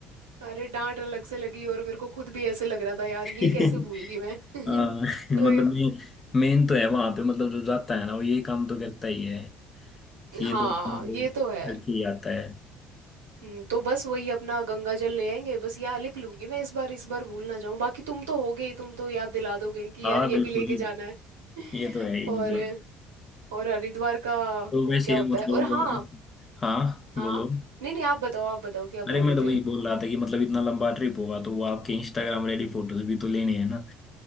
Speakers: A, on the right (about 80°); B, on the left (about 35°).
A: अरे डांट अलग से लगी और मेरे को खुद भी ऐसे लग रहा था यार
B: <laughs>
A: ये कैसे भूल गई मैं <laughs>
B: हाँ मतलब
A: तो ये-
B: मेन मेन तो है वहां पे मतलब जो जाता है ना वो ये काम तो करता ही है ये
A: हाँ
B: दो काम तो
A: ये तो है
B: करके ही आता है
A: हम्म, तो बस वही अपना गंगा जल ले आएंगे बस यार लिख लूंगी मैं इस बार इस बार भूल ना जाऊं बाकी तुम तो हो गई तुम तो याद दिला दोगे कि
B: हाँ
A: यार ये
B: बिल्कुल
A: भी लेके जाना है <laughs>
B: ये तो है ही
A: और
B: मतलब
A: और हरिद्वार का
B: तो
A: वो
B: वैसे
A: क्या होता
B: मतलब
A: है और हाँ
B: हाँ
A: हाँ
B: बोलो
A: नहीं नहीं आप बताओ आप बताओ क्या
B: अरे
A: बोल
B: मैं
A: रहे
B: तो
A: थे
B: वही बोल रहा था कि मतलब इतना लंबा ट्रिप होगा तो वो आपके इंस्टाग्राम रेडी फोटोज भी तो लेने हैं ना